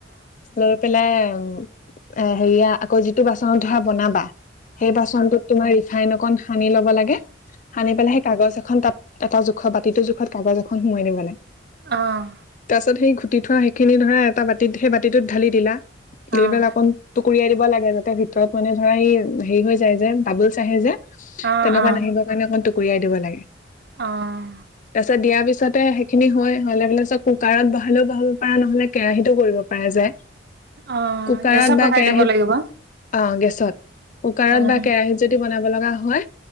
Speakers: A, on the left; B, on the right.
A: লৈ পেলাই উম। এ হেৰিয়া, আকৌ যি টো বাচনত ধৰা বনাবা সেই বাচনটো, তোমাৰ ৰিফাইন অকণ সানি ল'ব লাগে সানি পেলাই সেই কাগজ এখন তাত এটা জোখত বাতিটো জোখত কোব জোখন সোমাই নিব লে
B: আহ
A: পাছতেই ঘুটি থোৱা সেইখিনি ধৰা এটা বাতিত সেই বাতিটোত ঢালি দিলা দিবেল
B: অ',
A: অকন টুকুৰিয়াই দিবা। লাগে। ভিতৰত মানে ধৰা এই হেৰি হৈ যায় যে বাবলচ আহে যে।
B: অ',
A: তেনেকুৱা নাহিবৰ কাৰণে টুকু ৰিয়াই দিব লাগে।
B: অ', অ',
A: তাৰ পিছত দিয়াৰ পিছত। পাছতে সেইখিনি হয়। হোৱাৰ লগে লগেই কুকাৰত বহালেও বহাব পৰা নহলে কেৰাহিততো কৰিব পাৰা যায়।
B: অ'
A: কুকাৰত
B: গেছত
A: বা
B: বহাই
A: কেৰাহীত
B: দিব লাগিব।
A: অ' গেছত কুকাৰত
B: অ',
A: বা কেৰাহীত যদি বনাব লগা হয়।